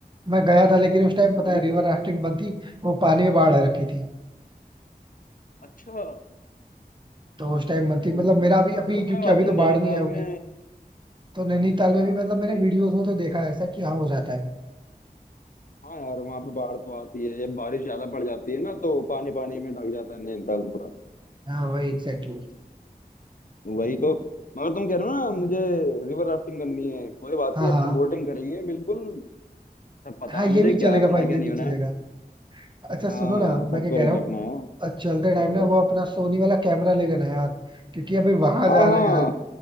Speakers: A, on the right; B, on the left.
A: मैं गया था लेकिन उस टाइम पता
B: बिल्कुल
A: है रिवर
B: होगा।
A: राफ्टिंग बंद थी वो पानी में बाढ़ आ रखी थी
B: अच्छा
A: तो उस टाइम बंद थी मतलब
B: ओहो
A: मेरा अभी अभी
B: चलो
A: क्योंकि
B: कोई बात
A: अभी
B: नहीं
A: तो
B: नैनीताल
A: बाढ़ नहीं आई होगी
B: में
A: तो नैनीताल में
B: हाँ
A: भी मतलब
B: हाँ
A: मैंने
B: वही
A: वीडियोस में तो देखा है ऐसा कि हाँ हो जाता है
B: हाँ यार वहां पे बाढ़ तो आती है जब बारिश ज्यादा पड़ जाती है ना तो पानी पानी में ढक जाता है नैनीताल पूरा
A: हाँ वही एग्जैक्टली exactly.
B: वही तो मगर तुम कह रहे हो ना मुझे रिवर राफ्टिंग करनी है कोई बात
A: हाँ
B: नहीं
A: हाँ
B: अपना बोटिंग करेंगे बिल्कुल सब पता
A: हाँ
B: है
A: ये
B: मुझे
A: भी
B: क्या
A: चलेगा
B: होना
A: भाई
B: है क्या
A: ये
B: नहीं
A: भी
B: होना
A: चलेगा
B: है
A: अच्छा सुनो
B: हाँ
A: ना मैं
B: सब
A: क्या कह
B: करेंगे
A: रहा हूँ
B: अपना यार
A: अ,
B: हाँ
A: चलते टाइम
B: हाँ, बताओ
A: ना वो अपना सोनी वाला कैमरा ले लेना यार क्योंकि अभी वहां
B: हाँ
A: जा रहे
B: हाँ
A: हैं यार